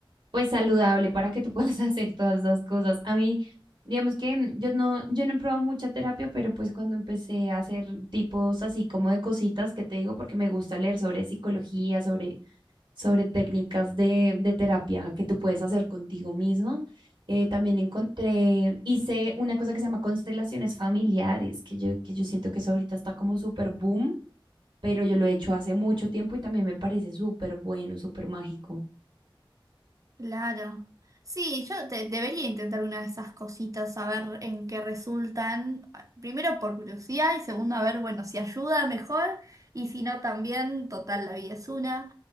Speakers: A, on the right (about 60°); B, on the right (about 40°).
A: pues saludable para que tú puedas <laughs> hacer todas las cosas. A mí, digamos que mm, yo no, yo no he probado mucha terapia, pero pues cuando empecé a hacer tipos así como de cositas que te digo, porque me gusta leer sobre psicología, sobre, sobre técnicas de, de terapia que tú puedes hacer contigo mismo. eh, también encontré, hice una cosa que se llama constelaciones familiares, que yo, que yo siento que eso ahorita está como súper boom, pero yo lo he hecho hace mucho tiempo y también me parece súper bueno, súper mágico.
B: Claro. Sí, yo te- debería intentar una de esas cositas, a ver en qué resultan. Ah, Primero por curiosidad y segundo a ver, bueno, si ayuda mejor y si no también, total, la vida es una,